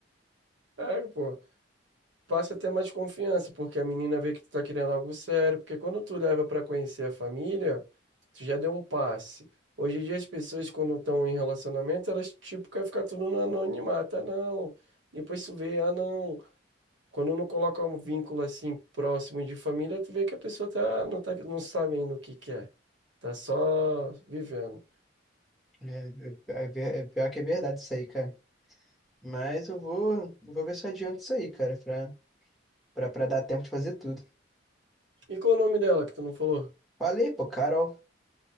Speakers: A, on the right; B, in the centre.
A: É, pô. passa a ter mais confiança, porque a menina vê que tu tá querendo algo sério, porque quando tu leva pra conhecer a família, tu já deu um passe. Hoje em dia as pessoas quando estão em relacionamento, elas tipo querem ficar tudo no anonimato, ah não. Depois tu vê, ah não. Quando não coloca um vínculo assim próximo de família, tu vê que a pessoa tá não tá não sabe ainda o que quer Tá só vivendo.
B: É, é, é ver- é pior que é verdade isso aí, cara. Mas eu vou, eu vou ver se eu adianto isso aí, cara, pra, pra, pra dar tempo de fazer tudo.
A: E qual o nome dela que tu não falou?
B: Falei, pô, Carol.